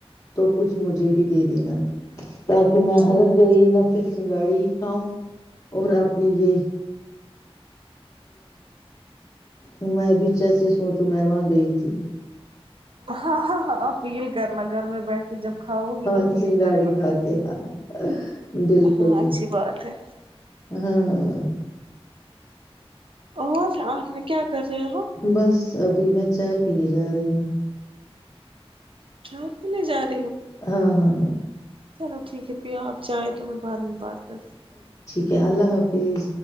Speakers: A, on the left; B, on the right.
A: تو کچھ مجھے بھی دے دینا تاکہ میں
B: ٹھیک
A: اگر
B: ہے
A: گئی
B: ٹھیک
A: نہا پھر چنگاڑی ہی کاؤ اور اپنی یہ ا میں بھی جیسے سوچوں میں وہاں گئی تھی
B: ہاں اپیل کرنا گھر میں بیٹھ کے جب کھاؤ گی
A: ہاں
B: تو فیل
A: سنگاڑی
B: کرنا
A: کا کے ہاں بالکل
B: ہاں اچھی بات ہے
A: ہاں
B: ا س آپ نے کیا کر رہے ہو
A: بس ابھی میں چائے پینے جا رہی ہوں
B: ہپ نہیں جات
A: ہاں ہاں ہاں
B: چلو ٹھیک ہے پھر آپ جائیں تو میں بعد میں بات کرتی
A: کیا اللہ حافظ